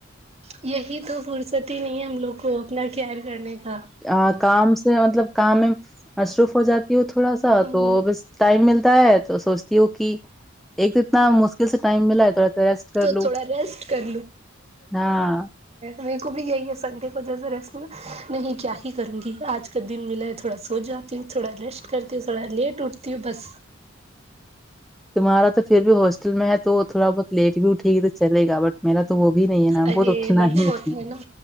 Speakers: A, on the right; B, in the centre.
A: یہی تو فرصت ہی نہیں ہے ہم لوگ کو اپنا کیئر کرنے کا
B: ہاں کام سے مطلب کام میں مصروف ہو جاتی ہو تھوڑا سا
A: ہاں
B: تو بس ٹائم ملتا ہے تو سوچتی ہوں کہ ایک تو اتنا مشکل سے ٹائم ملا ہے تھوڑا سا ریسٹ کر
A: تو
B: لوں
A: تھوڑا ریسٹ کر
B: ہاں
A: میکو بھی یہی ہے سنڈے کو جیسا ہی ریسٹ نہیں کیا ہی کروں گی آج کا دن ملا ہے تھوڑا سو جاؤ ں تی ہوں تھوڑا ریسٹ کرتی ہوں تھوڑا لیٹ اٹھتی ہوں بس
B: تمہارا تو پھر بھی ہاسٹل میں ہے تو تھوڑا بہت لیٹ بھی اٹھے گی تو چلے گا بٹ میرا تو وہ بھی نہیں ہے نا
A: ارے
B: وہ تو اٹھنا
A: نہیں
B: ہی اٹھنا
A: ہوتا ہے نہ